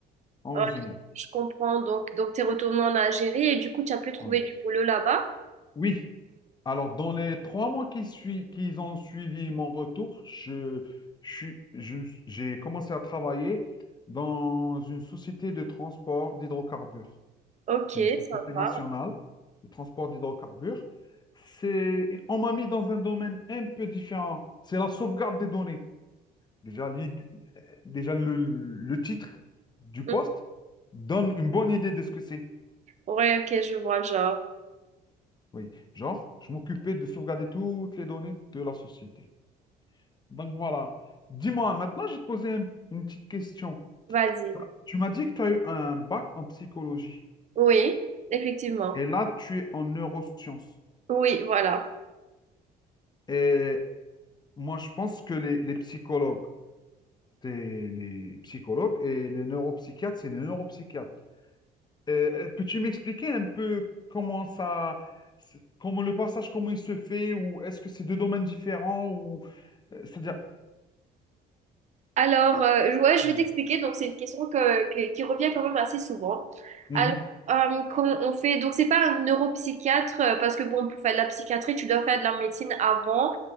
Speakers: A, on the left; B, on the right.
A: En
B: Ouais,
A: résumé.
B: je comprends. Donc, donc tu es retourné en Algérie et du coup, tu as pu trouver
A: Voilà.
B: du boulot là-bas.
A: Oui. Alors, dans les trois mois qui sui- qui ont suivi mon retour, je, je suis- je- j'ai commencé à travailler dans une société de transport d'hydrocarbures.
B: Ok,
A: C'est une société
B: sympa.
A: nationale de transport d'hydrocarbures. C'est, on m'a mis dans un domaine un peu différent. C'est la sauvegarde des données. Déjà, l'id- déjà le, le titre du
B: Mhm.
A: poste donne une bonne idée de ce que c'est.
B: Ouais, ok, je vois le genre.
A: Oui, genre, je m'occupais de sauvegarder toutes les données de la société. Donc voilà. Dis-moi, maintenant, je vais te poser un- une petite question.
B: Vas-y.
A: Tu m'as dit que tu as eu un bac en psychologie
B: Oui, effectivement.
A: et là, tu es en neurosciences.
B: Oui, voilà.
A: Et Moi, je pense que les, les psychologues, c'est les psychologues et les neuropsychiatres, c'est les neuropsychiatres. Euh, euh, peux-tu m'expliquer un peu comment ça, c'est- comment le passage, comment il se fait, ou est-ce que c'est deux domaines différents, ou euh, c'est-à-dire.
B: Alors, euh, ouais, je
A: Mhm,
B: vais t'expliquer. Donc, c'est une question que- que- qui revient quand même assez souvent.
A: mhm,
B: Alors, euh, quand on fait... Donc, c'est pas un neuropsychiatre, euh, parce que bon, pour faire de la psychiatrie, tu dois faire de la médecine avant.